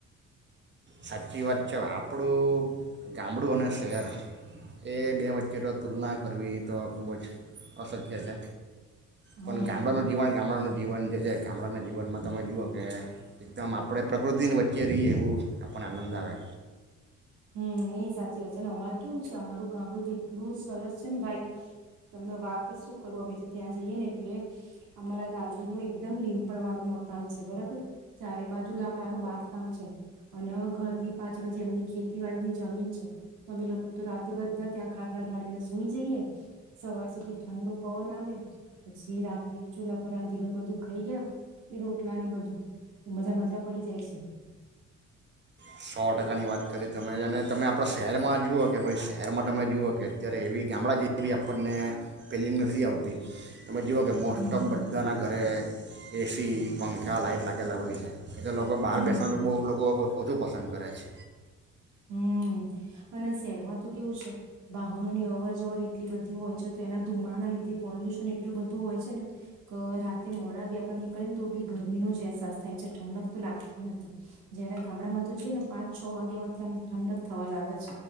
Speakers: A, on the right; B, on the right.
A: સાચી વાત છે આપણું ગામડું અને શહેર એ બે વચ્ચે તો તુલના કરવી તો ખૂબ જ અસકીય છે
B: હમ.
A: પણ ગામડાનું જીવન ગામડાનું જીવન જે છે ગામડાના જીવનમાં તમે જુઓ કે એકદમ આપણે પ્રકૃતિની વચ્ચે રહીએ એવું આપણે આનંદ આવે
B: હમ્મ નહી સાચી વાત છે ને અમાર કેવું છે અમારું ગામડું તો એટલું સરસ છે ને ભાઈ તમને વાત શું કરું અમે તો ત્યાં જઈએ ને એટલે અમારા દાદી નું એકદમ લીમપણ વાળું મકાન છે બરાબર ચારે બાજુ લાકડાનું બાંધકામ છે અને ઘરની પાછળ જેમની ખેતીવાડીની જમીન છે તો અમે લોકો તો રાતે બધા ત્યાં ખાટલા ઢાળીને સુઈ જઈએ સવાર સુધી ઠંડો પવન આવે પછી રાતે ચૂલા પર આંધેલુંને બધું ખાઈ ગયા એ રોટલા ને બધું મજા મજા પડી જાય છે
A: સો ટકાની વાત કરી તમે અને તમે આપણા શહેરમાં જુઓ કે ભઇ શહેરમાં તમે જુઓ કે અત્યારે એવી ગામડા જે એવી આપણને પિલી નથી આવતી તમે જઓ કે મોસ્ટમ
B: હમ
A: બધાના ઘરે એસી, પંખા, લાઈટ લાગેલા હોયે છે. એ તો લોકો બાર
B: હમ
A: બેસાનુ બો એ લોકો ઓછું પસંદ કરે છે.
B: હમ્મ અને શહેરમાં તો કેવું છે વાહનોની અવર જવર એટલી બધી હોય છ તો એના ધુમાડા લીધે પોલ્યુશન એટલું બધું હોય છ ને ક રાતે મોડા બી આપડે નીકળે ને તો બી ગરમીનો જ અહેસાસ થાય છે. ઠંડક તો લાગતી જ નથી. જયારે ગામડામાં તો જઈ ને પાંચ છ વાગ્યામાં થી આમ ઠંડક થવા લાગ છ.